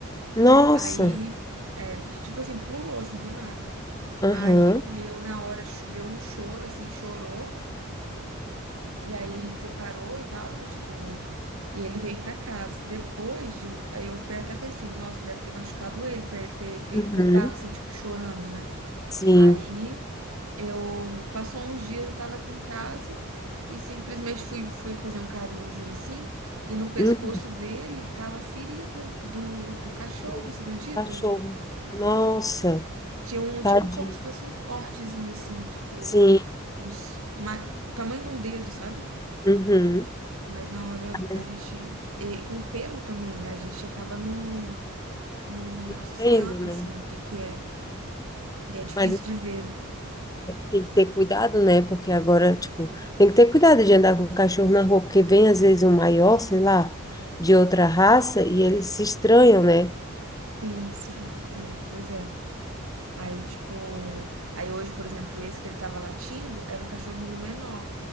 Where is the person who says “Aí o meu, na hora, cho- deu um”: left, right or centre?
Right